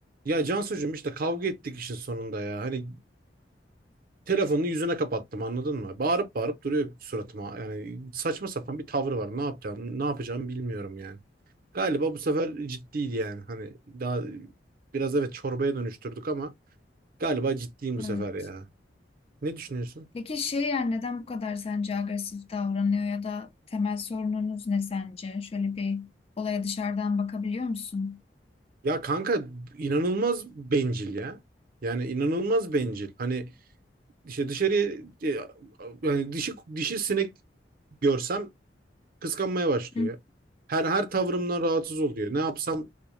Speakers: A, on the right (about 55°); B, on the left (about 35°).
A: Ya Cansucuğum işte kavga ettik işin sonunda ya. Hani telefonunu yüzüne kapattım anladın mı? Bağırıp bağırıp duruyor suratıma. Yani saçma sapan bir tavrı var. Ne yapacağım, ne yapacağımı bilmiyorum yani. Galiba bu sefer ciddiydi yani. Hani daha biraz evet çorbaya dönüştürdük ama galiba ciddiyim bu
B: Evet.
A: sefer ya. Ne düşünüyorsun?
B: Peki şey yani neden bu kadar sence agresif davranıyor ya da temel sorununuz ne sence? Şöyle bir olaya dışarıdan bakabiliyor musun?
A: Ya kanka inanılmaz bencil ya. Yani inanılmaz bencil. Hani işte dışarı e, hani dişi dişi sinek görsem kıskanmaya başlıyor.
B: Hı.
A: Her her tavrımdan rahatsız oluyor. Ne yapsam